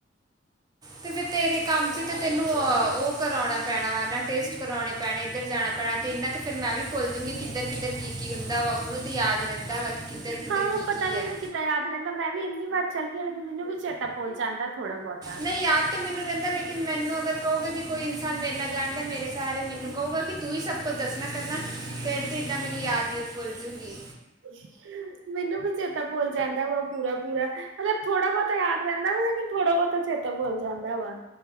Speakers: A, on the right; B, on the right.
A: ਤੇ ਫੇਰ ਤੇਰੇ ਕੰਮ ਚ ਤੇ ਤੈਨੂੰ ਓ ਕਰਾਉਣਾ ਪੈਣਾ ਵਾ ਨਾ ਟੇਸਟ ਕਰਾਓਣੇ ਪੈਣੇ ਇੱਧਰ ਜਾਣਾ ਪੈਣਾ ਤੇ ਇਨਾਂ ਤੇ ਫਿਰ ਮੈਂ ਵੀ ਭੁੱਲ ਜੂਗੀ ਕਿੱਧਰ-ਕਿੱਧਰ ਕੀ-ਕੀ ਹੁੰਦਾ ਵਾ ਉਨੂੰ ਤੀ ਯਾਦ ਰੈਂਦਾ ਵਾ ਕੀ ਕਿੱਧਰ-ਕਿੱਧਰ
B: ਹਾਂ
A: ਕੀ-ਕੀ
B: ਪਤਾ ਨੀ
A: ਆ।
B: ਉਹਨੂੰ <unintelligible> ਮੈਂ ਵੀੰਨੀ ਵਾਰ ਚੱਲ ਗੀਆਂ ਲੇਕਿਨ ਮੈਨੂੰ ਵੀ ਚੇਤਾ ਭੁਲ ਜਾਂਦਾ ਥੋੜਾ ਬੋਤਾ।
A: ਨਹੀਂ ਯਾਦ ਤੇ ਮੈਨੂੰ ਰਹਿੰਦਾ ਲੇਕਿਨ ਮੈਨੂੰ ਅਗਰ ਕੋਗੇ ਕਿ ਕੋਈ ਇਨਸਾਨ ਮੇਰੇ ਨਾਲ ਜਾਣਦਾ ਮੇਰੇ ਸਹਾਰੇ ਮੈਨੂੰ ਕਹੂਗਾ ਕਿ ਤੂੰ ਹੀ ਸਭ ਕੁਝ ਦੱਸਣਾ ਕਰਨਾ ਫਿਰ ਤਾਂ ਇੱਦਾਂ ਮੈਨੂੰ ਯਾਦ ਹੀ <unintelligible>
B: <inaudible> ਮੈਨੂੰ ਵੀ ਚੇਤਾ ਭੁਲ ਜਾਂਦਾ ਵਾ ਪੂਰਾ-ਪੂਰਾ ਮਤਲਬ ਥੋੜਾ ਬਹੁਤਾ ਯਾਦ ਰਹਿੰਵਾ ਲੇਕਿਨ ਥੋੜ੍ਹਾ ਬਹੁਤ ਤਾਂ ਚੇਤਾ ਭੁੱਲ ਜਾਂਦਾ ਵਾ।